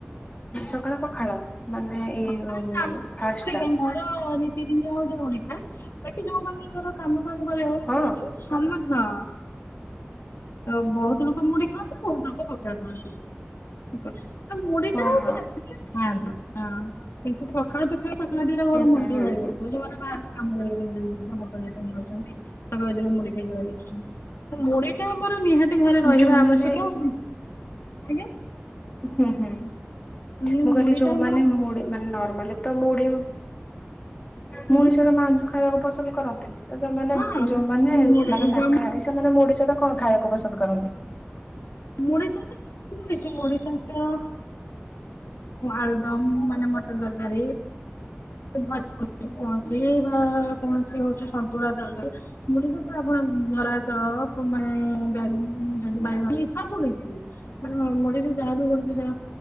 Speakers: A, on the left (about 30°); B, on the left (about 85°).
A: ସକାଳ ପଖାଳ ମାନେ ଏଇ
B: ପଖାଳ
A: ଫାଷ୍ଟ
B: ଆମକୁ
A: ଟା।
B: ତ ନୀତିଦିନ ଆଉ ଯାଉନି ଆ ବାକି ଯୋଉ ମାନଙ୍କର କାମ ଫାମ <unintelligible> କଣ ହୋଉଚି
A: ହଁ
B: ସମ ହଁ। ଆ ବୋହୁତ ଲୋକ ମୁଡି ଖାଆନ୍ତି ବୋହୁତ ଲୋକ ପଖାଳ ଖାଆନ୍ତି ଠ କ ମୁଡିଟା
A: ହଁ
B: <unintelligible>
A: ହଁ
B: ଖାଆନ୍ତି <unintelligible> ପଖାଳ ସକାଳେ ଦିଟା ଘରୁ
A: ହୁଁ ହୁଁ
B: ମୁଢିକି
A: ହୁଁ
B: <unintelligible>
A: ହୁଁ
B: ଯୋଉମାନେ ବାହାରେ କାମ କରିବା ପାଇଁ କାମ କରିବା ପାଇଁ ଯାଉ ତାରେ ମୁଢ଼ି ଖାଇ ଆସୁଛନ୍ତି ତ ମୁଢି ମୋର ନିହାତି ଘରେ ରହିବା
A: ଯୋଉମାନେ
B: ଆବଶ୍ୟକ ଆଜ୍ଞା।
A: ହୁଁ ହୁଁ ମୁଁ
B: ମାନେ
A: କହିଲି
B: ମୁଢି
A: ଯୋଉମାନେ
B: ଟା ଆମର
A: ମୁଡ ମାନେ ନର୍ମାଲ ତ ମୁ଼ଢି
B: ହୁଁ
A: ମଣିଷ ମାନେ ମାଂସ ଖାଇବାକୁ ପସନ୍ଦ କରନ୍ତିୁନି ତ ଯୋଉମାନେ
B: ହଁ ମୁଢି
A: ଯୋଉମାନେ ମାନେ ଶାକାହାରୀ ସେମାନେ ମୁଢ଼ି ସହିତ କଣ ଖାଇବାକୁ ପସନ୍ଦ କରନ୍ତି?
B: ମୁଢ଼ି ସହିତ <unintelligible> ମୁଢି ସହିତ ଆଳୁଦମ୍ ମାନେ ମଟର ତରକାରୀ ଭଜ କୌଣସି ବା କୌଣସି ହଉଛି ସନ୍ତୁଳା ତରକାରୀ ମୁଡି ସହିତ ଆପଣ ବରା ଚପ ମାନେ <unintelligible> ସବୁ କିଛି। ମାନେ ମୁଢ଼ି ରେ ଯାହା ବି ଗୋଟେ ଦିଟା